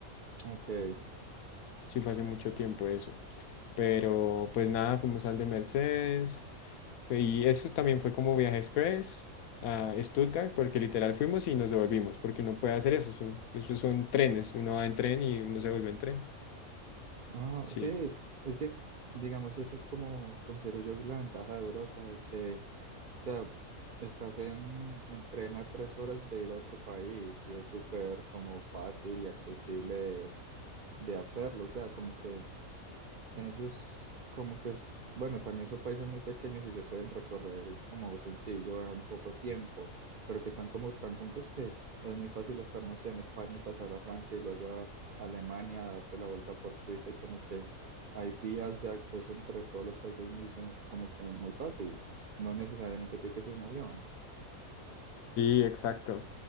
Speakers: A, on the right (about 50°); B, on the left (about 75°).
A: Okay.
B: Sí fue hace mucho tiempo eso. Pero pues nada, fuimos al de Mercedes. fue- Y eso también fue como viaje express a Stuttgart porque literal fuimos y nos devolvimos porque uno puede hacer eso. Son, esos son trenes. Uno va en tren y uno se vuelve en tren.
A: Ah,
B: Sí.
A: sí, es que, digamos, esa es como considero yo la ventaja de Europa, de que, o sea, estás en, en tren a tres horas de ir a otro país y es súper como fácil y accesible de, de hacerlo. O sea, como que Ellos como que es, bueno, también son países muy pequeños y se pueden recorrer como sencillo a un poco tiempo, pero que están como tan juntos que es muy fácil estar, no sé, en España y pasar a Francia y luego a Alemania, darse la vuelta por Suiza y como que hay vías de acceso entre todos los países muy, sen- como que muy fácil. No necesariamente tiene que ser un avión.
B: Sí, exacto.